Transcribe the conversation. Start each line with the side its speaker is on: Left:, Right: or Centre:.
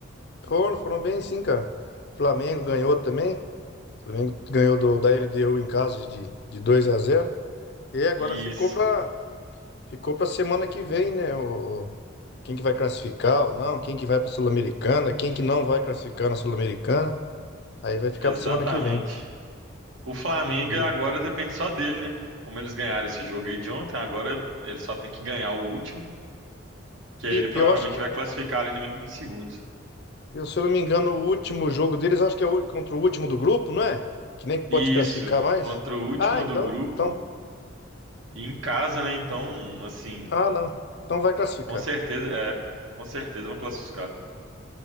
Left: Foram, foram bem sim, cara. Flamengo ganhou também. Flamengo ganhou do, da LDU em casa de, de 2 a zero. E agora
Right: Isso,
Left: ficou pra, ficou pra semana que vem, né? O, o- quem que vai classificar ou não, quem que vai pra Sul-Americana, quem que não vai classificar na Sul-Americana. Aí vai ficar
Right: exatamente.
Left: pra semana que vem.
Right: O Flamengo
Left: E,
Right: agora depende só dele, né? Como eles ganharam esse jogo aí de ontem, agora ele só tem que ganhar o último, que aí
Left: e
Right: ele provavelmente
Left: eu acho que
Right: vai classificar ali no mínimo em segundo.
Left: Eu, se eu não me engano, o último jogo deles, acho que é o- contra o último do grupo, não é? Que nem pode
Right: Isso,
Left: classificar mais.
Right: contra o último
Left: Ah, então,
Right: do grupo
Left: então,
Right: e em casa, né? Então, assim,
Left: ah, não. Então vai classificar.
Right: com certeza, é, com certeza vão classificar.